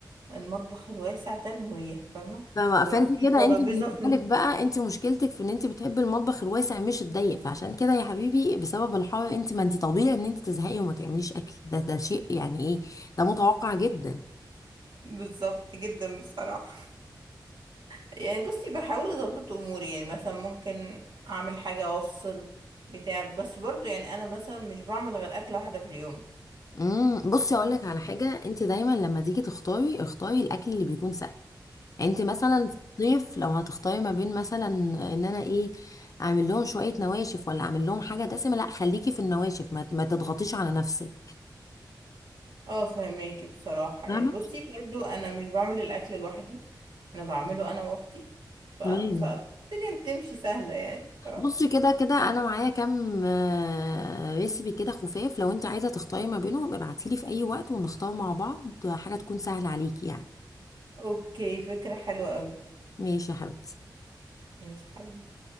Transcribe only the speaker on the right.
المطبخ الواسع ده المريح فاهمة
اللي
هو فيه
ترابيزة
في
بالظبط جدا بصراحة يعني بصي بحاول اظبط اموري يعني مثلا ممكن اعمل حاجة وافصل بتاع بس برضو يعني انا مثلا مش بعمل غير اكلة واحدة في اليوم
اه فهماكي بصراحة
يعني بصي برضو انا مش بعمل الاكل لوحدي انا بعمله انا واختي ف...
فالدنيا بتمشي سهلة يعني ف...
اوكي فكرة حلوة قوي
ماشي حبيبي